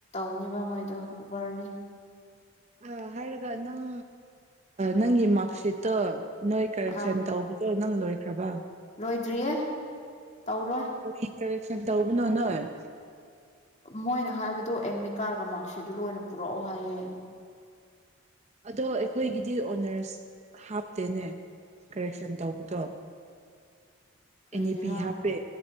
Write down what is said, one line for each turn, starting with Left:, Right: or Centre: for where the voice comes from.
Left: ꯑꯣꯅꯤꯕ ꯃꯣꯏꯗꯣ ꯎꯕꯔꯅꯤ
Right: ꯑ ꯍꯥꯏꯔꯒ ꯅꯪ ꯅꯪꯒꯤ ꯃꯥꯔꯛꯁꯤꯠꯇꯣ ꯅꯣꯏ ꯀꯔꯦꯛꯁꯟ
Left: ꯑꯥ
Right: ꯇꯧꯕꯗ ꯅꯪ ꯂꯣꯏꯈ꯭ꯔꯕ
Left: ꯂꯣꯏꯗ꯭ꯔꯤꯌꯦ ꯇꯧꯔꯣꯏ
Right: ꯀꯔꯤ ꯀꯔꯦꯛꯁꯟ ꯇꯧꯕꯅꯣ ꯅꯣꯏ
Left: ꯃꯣꯏꯅ ꯍꯥꯏꯕꯗ ꯑꯦꯗꯃꯤꯠ ꯀꯥꯔꯒ ꯃꯥꯔꯛ ꯁꯦꯠꯇ ꯑꯣꯏꯅ ꯄꯨꯔꯛꯑꯣ ꯍꯥꯏꯌꯦ
Right: ꯑꯗꯣ ꯑꯩꯈꯣꯏꯒꯤꯗꯤ ꯑꯣꯟꯅꯔꯁ ꯍꯥꯞ ꯆꯠꯇꯦꯅꯦ ꯀꯔꯦꯛꯁꯟ ꯇꯧꯕꯗꯣ
Left: ꯀꯔꯤꯒꯤꯔꯥ
Right: ꯑꯦꯟ ꯅꯤ ꯄꯤ ꯍꯥꯞꯄꯦ